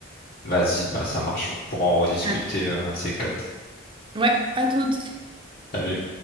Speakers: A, on the left; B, on the right.
A: Vas-y, bah ça marche. Pour en rediscuter
B: À t-
A: euh, un de ces quatre.
B: Ouais, à toutes.
A: Salut.